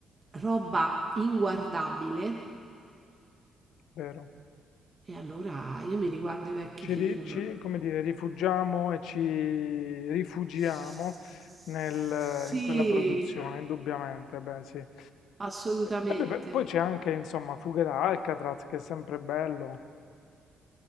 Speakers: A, on the right; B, on the left.
A: roba inguardabile
B: vero.
A: e allora io mi riguardo i vecchi
B: Ci,
A: film.
B: ri- ci- come dire, rifugiamo e ci rifugiamo
A: Sì,
B: nel- in quella produzione, indubbiamente, beh sì. Eh,
A: assolutamente.
B: e beh, beh, poi c'è anche, insomma, Fuga da Alcatraz, che è sempre bello.